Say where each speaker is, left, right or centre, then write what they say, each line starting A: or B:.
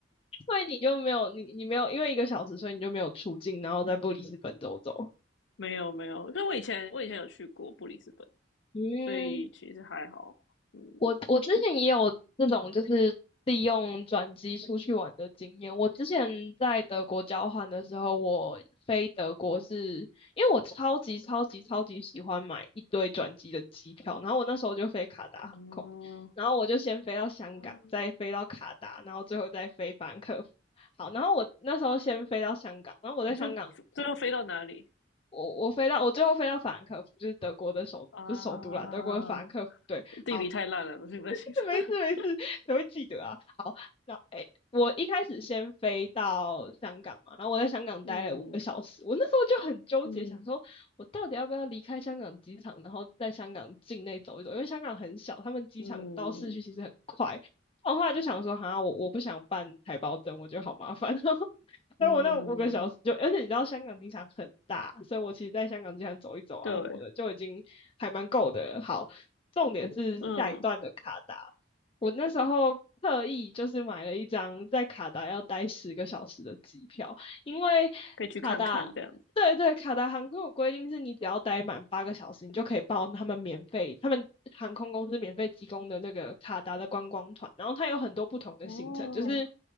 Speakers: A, on the left (about 30°); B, on the left (about 70°).
A: 所以你就没有你你没有因为一个小时，所以你就没有出境，然后在布里斯本走走。
B: 没有没有，但我以前我以前有去过布里斯本，
A: 嗯，
B: 所以其实还好，嗯。
A: 我我之前也有这种就是利用转机出去玩的经验。我之前在德国交换的时候，我飞德国是因为我超级超级超级喜欢买一堆转机的机票，然后我那时候就飞卡达航空，
B: 哦
A: 然后我就先飞到香港，
B: 哦
A: 再飞到卡达，然后最后再飞法兰克福。好，然后我那时候先飞到香港，然后我在香港，
B: 这这要飞到哪里
A: 我我飞到我最后飞到法兰克福，就是德国的首不是首都啦，
B: 啊？
A: 德国的法兰克福。对，
B: 地理太烂了，
A: 好。
B: 不行不行。
A: <laughs>
B: <laughs>
A: 没事没事，谁会记得啊？好，那哎、我一开始先飞到香港嘛，然后我在香港待了五个小时，
B: 嗯
A: 我那时候就很纠结，
B: 嗯
A: 想说我到底要不要离开香港机场，然后在香港境内走一走，因为香港很小，他们机场到市区其实很快。
B: 嗯
A: 我后来就想说，哈，我我不想办台胞证，我觉得好麻烦哦。<laughs>
B: 嗯，
A: 所以我那五个小时就，而且你知道香港机场很大，所以我其实在香港机场走一走啊什么的，
B: 对，
A: 就已经还蛮够的了好，重点是下一段的卡达，
B: 嗯，
A: 我那时候特意就是买了一张在卡达要待十个小时的机票，因为
B: 可以去看看这样子。
A: 卡达。对对，卡达航空有规定是你只要待满八个小时，你就可以报他们免费，他们航空公司免费提供的那个卡达的观光团，然后它有很多不同的行程，
B: 哦，
A: 就是